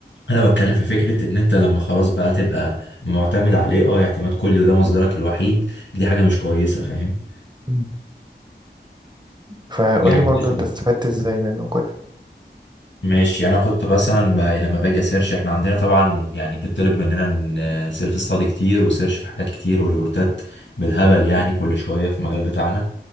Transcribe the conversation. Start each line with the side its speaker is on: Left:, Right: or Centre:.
Left: انا بتكلم في فكره ان انت لما خلاص بقى تبقى معتمد على الاي اي اعتماد كلي وده مصدرك الوحيد دي حاجه مش كويسه فاهم
Right: مم. فقول
Left: يعني
Right: لي برضو
Left: مثلا
Right: أنت استفدت إزاي منه كده
Left: ماشي انا كنت مثلا ب- لما باجي اسيرش احنا عندنا طبعا يعني بتطلب مننا سيلف ستادي كتير وسيرش في حاجات كتير وريبورتات بالهبل يعني كل شويه في المجال بتاعنا